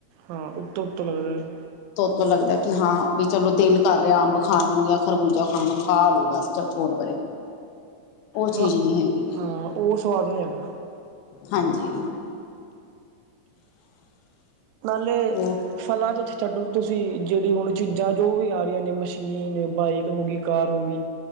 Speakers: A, on the right; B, on the left.
A: ਹਾਂ ਉੱਤੋਂ-ਉੱਤੋਂ ਲੱਗਦਾ ਹੈ ਫੇਰ
B: ਤੋ ਲੱਗਦਾ ਕੀ ਹਾਂ ਵੀ ਚਲੋ, ਦਿਲ ਕਰ ਰਿਹਾ ਅੰਬ ਖਾਣ ਨੂੰ ਜਾਂ ਖਰਬੂਜ਼ਾ ਖਾਣ ਨੂੰ ਖਾ ਲੋ ਬਸ ਚੱਲ ਛੋੜ ਪਰੇ। ਉਹ
A: ਹ,
B: ਚੀਜ਼ ਨਹੀਂ ਹੈਗੀ
A: ਹਾਂ ਓਹ ਸਵਾਦ ਨੀ ਹੈਗਾ।
B: ਹਾਂਜੀ।
A: ਨਾਲੇ
B: ਉਹ
A: ਫਲਾਂ ਚ ਛੱਡੂ ਤੁਸੀਂ ਜਿਹੜੀ ਹੁਣ ਚੀਜ਼ਾਂ ਜੋ ਵੀ ਆ ਰੀਆਂ ਨੇ ਮਸ਼ੀਨ, ਬਾਈਕ ਹੋ ਗੀ, ਕਾਰ ਹੋ ਗੀ